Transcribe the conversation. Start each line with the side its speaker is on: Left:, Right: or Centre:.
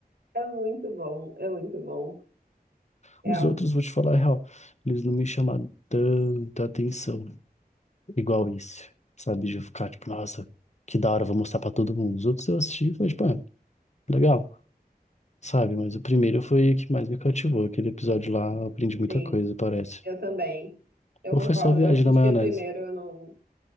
Right: É muito bom, é muito bom. É,
Left: Os outros, vou te falar a real, eles não me chamaram tanta atenção igual esse, sabe? De eu ficar tipo, nossa, que da hora, vou mostrar pra todo mundo. Os outros eu assisti e falei, tipo, ah, legal, sabe? Mas o primeiro foi o que mais me cativou. Aquele episódio lá, eu aprendi muita
Right: sim,
Left: coisa, parece.
Right: eu também. Eu
Left: Ou
Right: concordo.
Left: foi só viagem
Right: Eu assisti
Left: na maionese?
Right: o primeiro, eu não,